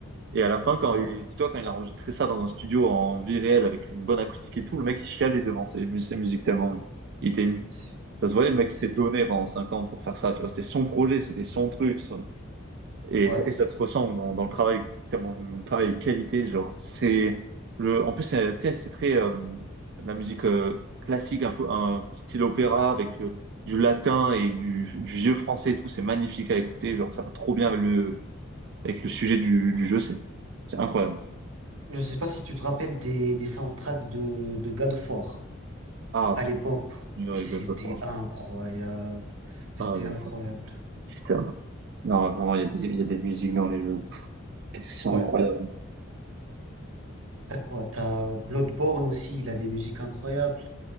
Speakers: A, on the right; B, on the right.
A: Et à la fin, quand
B: ouais.
A: il- dis-toi, quand il a enregistré ça dans un studio en vie réelle avec une bonne acoustique et tout, le mec il chialait devant ses, mu- ses musiques tellement il était ému.
B: C'est,
A: Ça se voyait,
B: ouais,
A: le mec
B: c'est,
A: s'était donné pendant cinq ans pour faire ça. Tu vois, c'était son projet, c'était son truc. ça. Et
B: ouais.
A: ça, et ça se ressent dans, dans le travail, tellement le travail de qualité, genre. C'est le, en plus, c'est, tu sais, c'est très euh, la musique euh, classique, un, peu- un style opéra avec euh, du latin et du, du vieux français et tout. C'est magnifique à écouter, genre ça va trop bien avec le, avec le sujet du, du jeu. C'est c'est incroyable.
B: Je sais pas si tu te rappelles des, des soundtracks de, de God of War
A: Ah
B: à
A: putain,
B: l'époque.
A: New York
B: C'était
A: God of War.
B: incroyable. C'était
A: Ah mais
B: incroyable.
A: ça, putain. Non, vraiment, il y a des, il y a des musiques dans les jeux. Qu'est-ce qu'ils sont
B: Ouais,
A: incroyables.
B: t'as quoi? T'as Bloodborne aussi, il a des musiques incroyables.